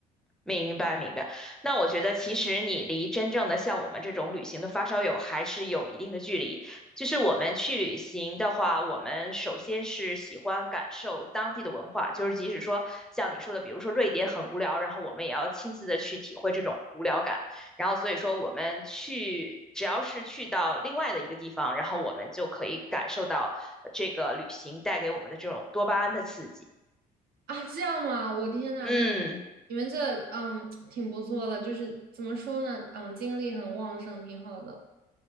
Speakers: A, in the centre; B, on the right (about 65°).
A: 明白，明白。那我觉得，其实你离真正的像我们这种旅行的发烧友还是有一定的距离。就是我们去旅行的话，我们首先是喜欢感受当地的文化，就是即使说像你说的，比如说瑞典很无聊，然后我们也要亲自的去体会这种无聊感。然后所以说，我们去只要是去到另外的一个地方，然后我们就可以感受到这个旅行带给我们的这种多巴胺的刺激。
B: 啊，这样吗？我天呐，
A: 嗯
B: 那你们这嗯挺不错的，就是怎么说呢，嗯，精力很旺盛，挺好的。